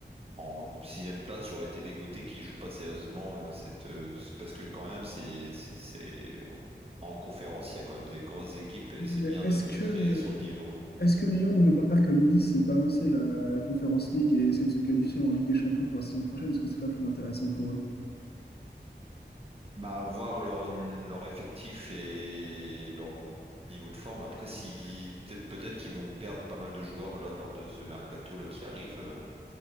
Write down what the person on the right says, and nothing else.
En sixième place, j'aurais été dégoûté qu'ils jouent pas sérieusement euh, cette euh, c'est- parce que quand même c'est c'est c'est- on- en conférence il y a quand même des grosses équipes et c'est
bien
de montrer
son niveau.
Bah voir leur leur effectif et leur niveau de forme. Après si peut- peut-être qu'ils vont perdre pas mal de joueurs là lors de ce mercato là qui arrive. euh,